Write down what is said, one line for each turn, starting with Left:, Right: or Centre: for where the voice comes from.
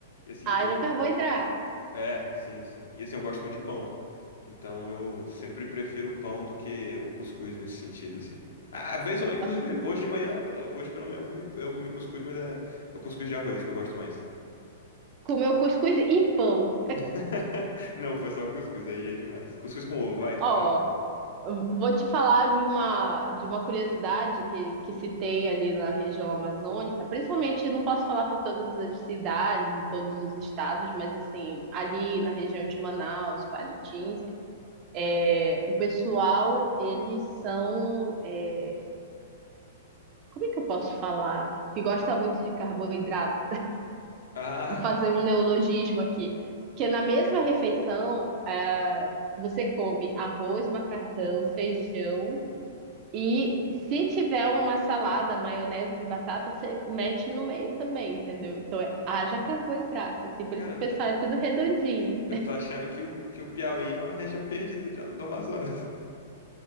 Left: E assim,
Right: Haja
Left: eu,
Right: carboidrato.
Left: É, sim, sim. E assim, eu gosto muito de pão. Então eu sempre prefiro o pão do que o cuscuz nesse sentido, assim. Ah, Às vezes, eu- inclusive,
Right: Assim,
Left: hoje de manhã, pela- hoje pela manhã eu comi, eu comi cuscuz, mas é, é o cuscuz de arroz que eu gosto mais.
Right: comeu cuscuz e pão.
Left: <laughs> Não, foi só o cuscuz, aí já é demais. Cuscuz com ovo, vai,
Right: Ó,
Left: pra...
Right: eu vou te falar de uma, de uma curiosidade que, que se tem ali na região amazônica, principalmente, eu não posso falar por todas as cidades e todos os estados, mas assim, ali na região de Manaus, Parintins, é, o pessoal, eles são, é, como é que eu posso falar? Que gosta muito de carboidrato
Left: <laughs>
Right: fazer
Left: Ah,
Right: um neologismo aqui. Que na mesma refeição, ah, você come arroz, macarrão, feijão e se tiver uma salada, maionese de batata, você mete no meio também, entendeu? Então é, haja carboidrato, assim, por
Left: cara,
Right: isso que o pessoal é tudo redondinho.
Left: eu tô achando que o, que o Piauí é uma região perdida de- do Amazonas.